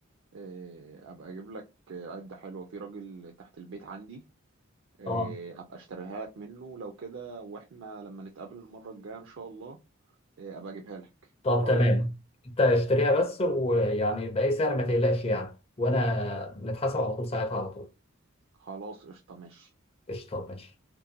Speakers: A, on the right (about 65°); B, on the left (about 30°).
A: آه، ابقى اجيب لك آه، عدة حلوة في راجل تحت البيت عندي آه،
B: اه
A: ابقى اشتريها لك منه لو كده واحنا لما نتقابل المرة الجاية ان شاء الله آه، ابقى اجيبها لك
B: طب
A: ايه رأيك
B: تمام انت اشتريها بس ويعني باي سعر ما تقلقش يعني وانا نتحاسب على طول ساعتها على طول
A: خلاص قشطة ماشي
B: قشطه ماشي